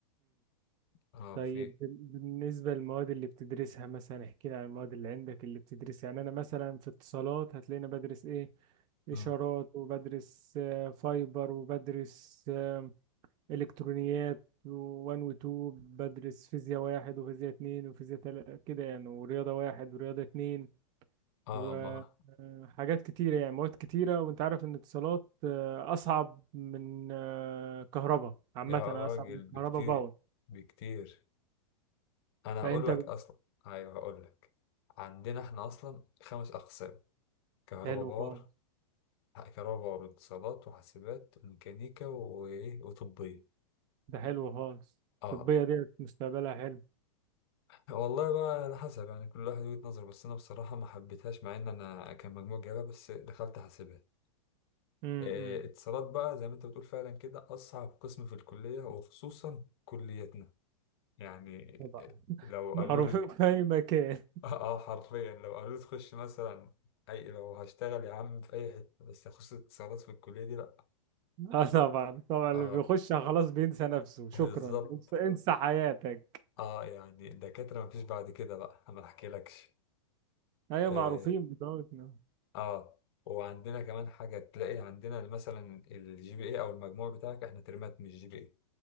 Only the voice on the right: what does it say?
طيب
بال- بالنسبة للمواد اللي بتدرسها مثلا احكي لي عن المواد اللي عندك اللي بتدرسها يعني أنا مثلا في اتصالات هتلاقيني بدرس إيه
إشارات وبدرس آه، فايبر وبدرس آه، إلكترونيات وان وتو بدرس فيزياء واحد وفيزياء اتنين وفيزياء تلاتة كده يعني ورياضة واحد ورياضة اتنين
وحاجات
كتيرة يعني مواد كتيرة وانت عارف ان اتصالات آه، أصعب من آه، كهرباء عامة
أصعب من
كهرباء باور
فانت
حلو
خالص
ده حلو خالص
الطبية ديت مستقبلها حلو
امم
طبعا
معروفين
<laughs> في أي مكان
<laughs> اه طبعا طبعا اللي
بيخشها خلاص بينسى نفسه شكرا
انسى, انسى حياتك
أيوة
معروفين بتوعنا